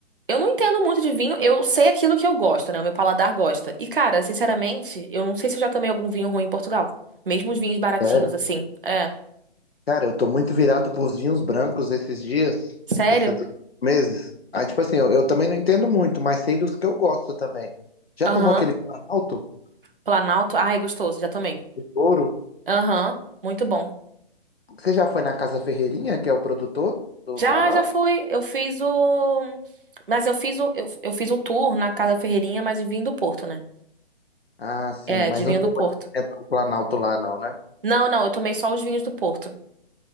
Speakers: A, on the right; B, on the left.
A: Eu não entendo muito de vinho, eu sei aquilo que eu gosto, né? O meu paladar gosta. E, cara, sinceramente, eu não sei se eu já tomei algum vinho ruim em Portugal. Mesmo os vinhos baratinhos,
B: Sério?
A: assim. É.
B: Cara, eu tô muito virado pros vinhos brancos esses dias,
A: Sério?
B: esses meses. Aí, tipo assim, eu, eu também não entendo muito, mas sei dos que eu gosto também. Já
A: Aham.
B: tomou aquele Planalto
A: Planalto. Ai, gostoso, já tomei.
B: do Douro?
A: Aham. Muito bom.
B: Você já foi na Casa Ferreirinha, que é o produtor do
A: Já,
B: Planalto?
A: já fui. Eu fiz o. Mas eu fiz o, eu, eu fiz o tour na Casa Ferreirinha, mas de vinho do Porto, né?
B: Ah, sim,
A: É,
B: mas
A: de vinho
B: não chegou
A: do Porto.
B: a experimentar o Planalto lá, não, né?
A: Não, não, eu tomei só os vinhos do Porto.